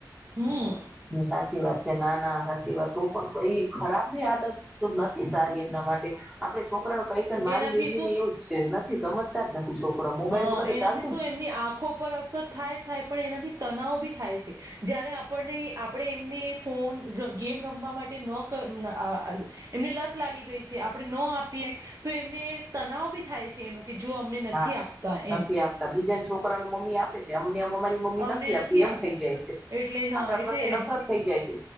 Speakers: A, on the right (about 45°); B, in the centre.
A: હમ
B: હ સાચી વાત છે ના ના સાચી વાત હું પણ ખરાબી આદત નથી સારી એમના માટે, આપડ છોકરાને કહી મારી
A: એનાથી
B: બેબી
A: શું
B: ને એવું જ છે નથી સમજ જ નથી જો. પરા મોબાઈલ
A: હા
B: ક તો
A: એનાથી
B: ચાલ
A: એમની આંખો પર અસર થાય થાય પણ એના તનાવ બી થાય છે, જય્યારે આપને આપણે એમને ફોન ગેમ રમવા માટે ન એમને લત લાગી ગઈ છે આપણે ન આપીએ, તો એમને તનાવ બી થાય છે એનો. કે જો અમને નથી
B: હા
A: આપ
B: નથી
A: એમ
B: આપતા બીજાને છોકરા ન આપે છેમ રી મમ્મી
A: અમને
B: નથી આપતી એમ
A: આપ
B: થઈ જાય છે,
A: એટલે હા
B: આપડા
A: એટલે
B: પ્રત્યે
A: એડ
B: નફરત થઈ જાય છે,